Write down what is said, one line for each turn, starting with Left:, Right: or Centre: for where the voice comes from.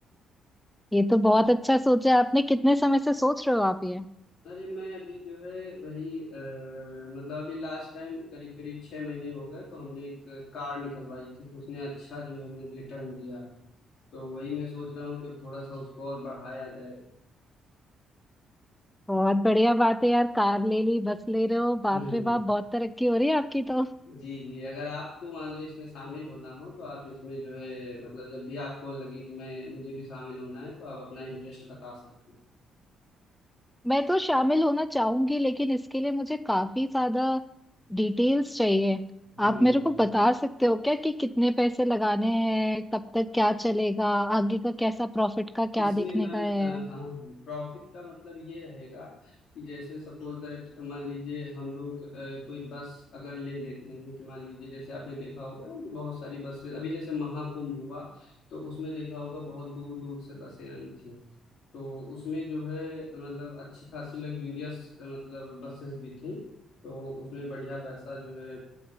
Centre: ये तो बहुत अच्छा सोचा है आपने कितने समय से सोच रहे हो आप ये
Left: अरे मैं अभी जो है वही अ, मतलब अभी लास्ट टाइम करीब करीब छह महीने हो गए तो हमने एक कार निकलवाई थी तो उसने अच्छा जो है हमें रिटर्न दिया है तो वही मैं सोच रहा हूँ कि अब थोड़ा सा उसको और बढ़ाया जाए
Centre: बहुत बढ़िया बात है यार कार ले ली बस ले रहे हो बाप
Left: <laughs> हम्म
Centre: रे बाप बहुत तरक्की हो रही है आपकी तो
Left: जी जी अगर आपको मान लो इसमें शामिल होना हो तो आप इसमें जो है मतलब जब भी आपको लगे कि मैं मुझे भी शामिल होना है तो आप अपना इंटरेस्ट बता सकते हैं
Centre: मैं तो शामिल होना चाहूंगी लेकिन इसके लिए मुझे काफी ज्यादा डिटेल्स चाहिए
Left: हम्म
Centre: आप मेरे को बता सकते हो क्या कि कितने पैसे लगाने हैं कब तक क्या चलेगा आगे का कैसा प्रॉफिट का
Left: इसमें
Centre: क्या देखने
Left: मैम
Centre: का है
Left: अ, हाँ प्रॉफिट का मतलब ये रहेगा कि जैसे सपोज दैट मान लीजिए हम लोग अ, कोई बस अगर ले लेते हैं कि मान लीजिए जैसे आपने देखा होगा ना कि बहुत सारी बसें अभी जैसे महाकुंभ हुआ तो उसमें देखा होगा बहुत दूर दूर से बसें आई थी तो उसमें जो है मतलब अच्छी खासी लग्जूरियस मतलब बसेस भी थी तो उसमें बढ़िया पैसा जो है